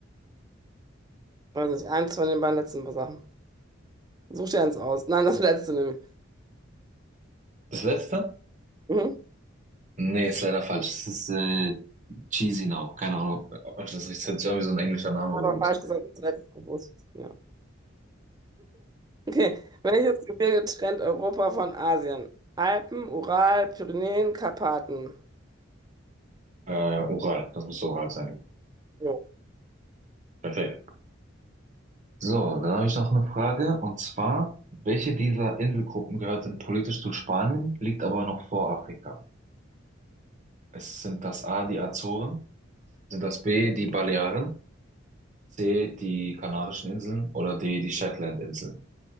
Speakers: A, on the right (about 20°); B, on the right (about 40°).
A: weiß nicht, eins von den beiden letzten Sachen. Such dir eins aus. Nein, das letzte nämlich.
B: Das letzte?
A: Mhm.
B: Nee, ist leider falsch. Es ist äh, Chisinau. Keine Ahnung, ob ich das richtig. Das hört sich an wie so ein englischer Name,
A: Aber
B: aber gut.
A: falsch gesagt, das hätte ich gewusst. Ja. Okay. Welches Gebirge trennt Europa von Asien? Alpen, Ural, Pyrenäen, Karpaten.
B: Äh, Ural, das muss Ural sein.
A: Jo.
B: Perfekt. So, dann habe ich noch eine Frage und zwar, welche dieser Inselgruppen gehört denn politisch zu Spanien, liegt aber noch vor Afrika? Es sind das A, die Azoren, sind das B, die Balearen, C, die Kanarischen Inseln oder D, die Shetlandinseln?